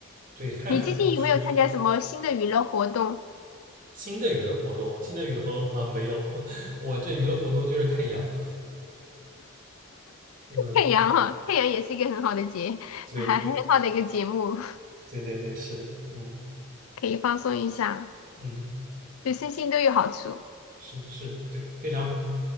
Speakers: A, on the right; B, on the left.
A: 对，汉服是
B: 你最近有没有参加什么新的娱乐活动？
A: 新的娱乐活动，新的娱乐活动好像没有。<laughs> 我这娱乐活动就是看羊。嗯，
B: 太阳哈，太阳也是一个很好的节，
A: 对
B: 还很好的一个节目，
A: 对对对，是的，嗯
B: 可以放松一下，
A: 嗯，
B: 对身心都有好处。
A: 是是，对，非常好